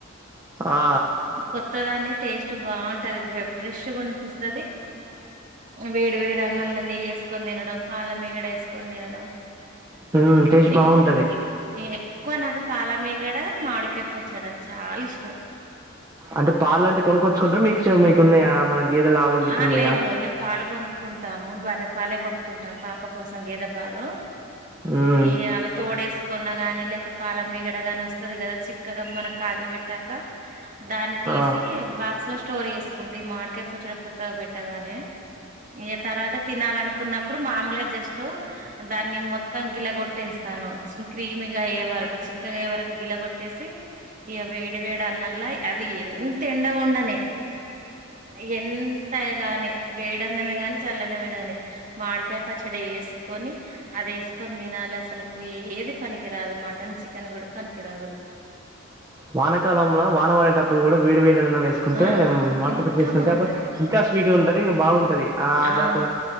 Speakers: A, on the right; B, on the right.
A: ఆ!
B: కొత్త దాన్ని టేస్ట్ బాగుంటుంది బాగుంటది ఫ్రెష్నిపిస్తుంది
A: ఫ్రెష్ వేస్తారు
B: వేడి వేడు అన్నలు నేయి వేసుకొని తినడం పాలమిగడ వేసుకొని తినడం
A: ఉ టేస్ట్
B: ఎక్
A: బాగుంటది
B: ఎక్కువ నాకు పాలమీగడ మామిడికాయ పచ్చడ చాలా ఇష్టం
A: అంటే పాల అంటే కొనుక్కొచ్చుకుంటారు మీకు మీకున్నాయా? మన గేదెలు, ఆవులు గిట్లున్నాయా?
B: ఆ లేదు మీము పాలుగొనుక్కుంటాము బరే పాలే కొనుకుంటాం పాప కోసం గేద పాలు
A: హ్మ్.
B: ఈ అవి తోడేసి కొన్నా గాని లేదా పాల మిగడ గాని వస్తుంది కదా చిక్కగా మన కాగి పెట్టాక దాన్ని తీసి
A: ఆ!
B: బాక్స్ లో స్టోర్ చేసుకుంటే మాడ పచ్చడ కొత్తగా పెట్టాలని ఈ తర్వాత తినాలనుకున్న ఇప్పుడు మామూలుగా జస్ట్ దాన్ని మొత్తం గిలగొట్టేస్తాను క్రీమిగా అయ్యే వరకు చిక్కగా వరకు గిల కొట్టేసి ఇక వేడి వేడి అన్నల్లా అది ఎంత ఎండ ఉండనే ఉ ఎంత గాని వేడన్నమే గాని చల్లనమే గాని మాడికాయ పచ్చడి వేసుకొని అది వేసుకొని తినాలి అసలుకు ఏది పనికిరాదు మటన్ చికెన్ కూడా పనికిరాదు
A: వానకాలంలో వానం అడేటప్పుడు కూడా వేడి వేడి వేసుకుంటే
B: ఆ
A: మామిడికాయ
B: ఇంకా
A: వేసుకుంటే
B: బాగుంటది
A: ఇంకా స్వీట్ ఉంటది ఇంకా బాగుంటది ఆ
B: అవును